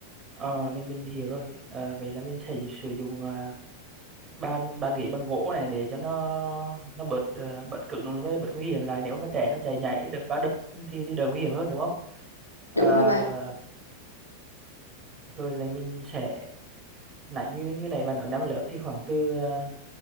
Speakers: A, on the right (about 25°); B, on the left (about 80°).
A: à, mình mình hiểu rồi à, vậy là mình sẽ sử dụng à, bàn bàn ghế bằng gỗ này để cho nó nó bớt à, bớt cứng với bớt nguy hiểm lại nếu mà trẻ nó chạy nhảy đợt va đập thì thì đỡ nguy hiểm hơn đúng không à,
B: đúng rồi bạn
A: rồi là mình sẽ nãy như như này bạn nói năm lớp thì khoảng từ ờ,